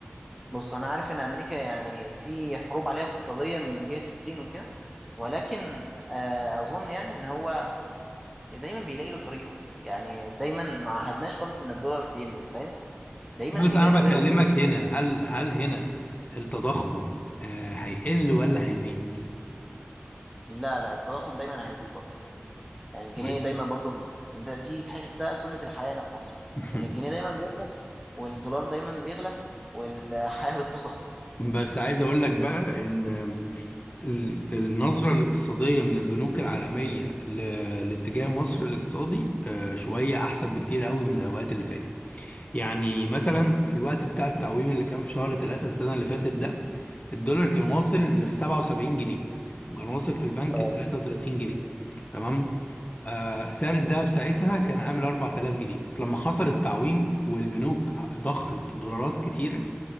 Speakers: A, in the centre; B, on the left (about 35°).
A: بص انا عارف ان امريكا يعني في حروب عليها اقتصاديه من جهه الصين وكده ولكن آه، اظن يعني ان هو دايما بيلاقي له طريقه يعني دايما ما عهدناش خالص ان الدولار بينزل فاهم دايما
B: لا بس
A: بيلاقي
B: انا
A: طريقه
B: بكلمك
A: وبي...
B: هنا هل هل هنا التضخم آه هيقل ولا هيزيد
A: لا لا التضخم دايما هيزيد برضه يعني الجنيه
B: طيب
A: دايما برضه ده دي تحسها سنه الحياه هنا في مصر
B: <laughs>
A: يعني الجنيه دايما بيرخص والدولار دايما بيغلى والحياه <laughs> بتبوظ اكتر
B: بس عايز اقول لك بقى ان ال- النظرة الاقتصادية من البنوك العالمية ل- لاتجاه مصر الاقتصادي آه، شوية أحسن بكتير قوي من الأوقات اللي فاتت يعني مثلا الوقت بتاع التعويم اللي كان في شهر 3 السنة اللي فاتت ده الدولار كان واصل ل 77 جنيه وكان واصل في البنك
A: اه
B: ل 33 جنيه تمام آه سعر الذهب ساعتها كان عامل 4000 جنيه بس لما حصل التعويم والبنوك ضخت دولارات كتيرة